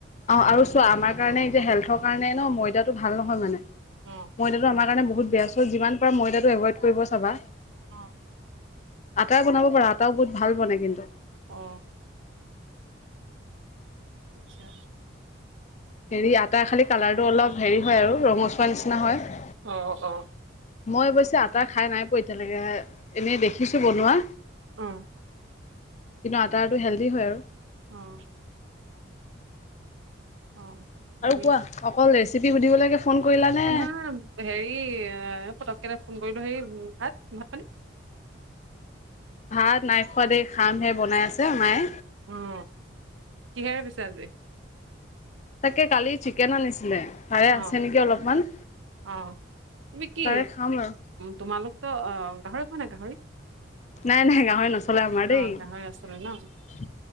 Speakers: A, on the left; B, on the right.
A: অ আৰু চোৱা আমাৰ কাৰণে এতিয়া হেল্থৰ কাৰণে ন ময়দাটো ভাল নহয় মানে।
B: অ
A: ময়দাটো আমাৰ কাৰণে বহুত বেয়া চ যিমান পাৰা ময়দাটো এভইড কৰিব চাবা।
B: অঁ।
A: আটা বনাব পাৰা আটাও বহুত ভাল বনে কিন্তু।
B: অ', আচ্ছা।
A: হেৰি আটাৰ খালি কালাৰটো অলপ হেৰি হয় আৰু ৰঙচুৱা নিচিনা হয়।
B: অঁ অঁ।
A: মই অৱশ্যে আটা খাই নাই পোৱা এতিয়ালৈকে এনে দেখিছো বনোৱা।
B: অঁ।
A: কিন্তু আটাৰটো হেলডি হয় আৰু।
B: অঁ। অঁ।
A: আৰু
B: হেৰি
A: কোৱা অকল ৰেচিপি সুধিবলৈকে ফোন কৰিলানে?
B: নহয় হেৰি এ পতককে ফোন কৰিলো হেৰি ভাত- ভাত পানী?
A: ভাত নাইখোৱা দেই খাম হে বনাই আছে মায়ে।
B: উম কিহেৰে পিছে আজি?
A: তাকে কালি চিকেন আনিছিলে তাৰে
B: অ',
A: আছে নেকি অলপমান।
B: অ তুমি কি
A: তাৰে খাম আৰু।
B: তোমালোকতো অ গাহৰি খোৱা নে গাহৰি?
A: নাই নাই গাঁহৰি নচলে আমাৰ
B: অ',
A: দেই।
B: গাহৰি আছিলে ন